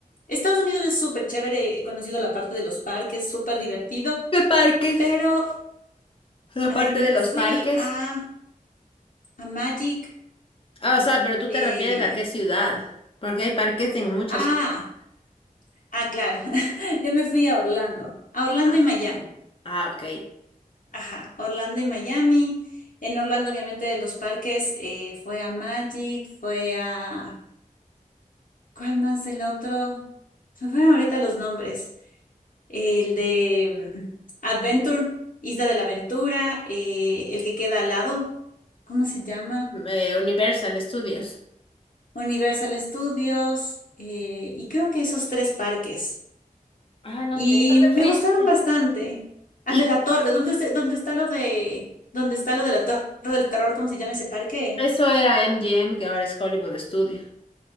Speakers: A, on the left; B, on the left.
A: Estados Unidos es súper chévere, he conocido la parte de los parques, súper divertido,
B: ¿Qué parques?
A: pero
B: Aparte
A: A ver, me
B: de los
A: fui
B: parques.
A: a, a Magic.
B: Ah, o sea, pero tú
A: eh,
B: te refieres a qué ciudad. Porque hay parques en muchas
A: ah,
B: ciudades.
A: ah, claro. <laughs> Yo me fui a Orlando. A Orlando
B: Ah,
A: y Miami.
B: ah, ok.
A: Ajá, Orlando y Miami. En Orlando, obviamente, de los parques, eh, fue a Magic, fue a... ¿Cuál más del otro? Se me fueron ahorita los nombres. El de mm, Adventure, Isla de la Aventura, eh, el que queda al lado. ¿Cómo se llama?
B: Eh, Universal Studios.
A: Universal Studios eh, y creo que esos tres parques.
B: Ah, no
A: Y
B: te, no te
A: me
B: fuiste.
A: gustaron bastante. Al
B: Y
A: de la Torre, ¿dónde, es de- dónde está lo de, dónde está lo de la Torre del Terror? ¿Cómo se llama ese parque?
B: eso era MGM, que ahora es Hollywood Studio.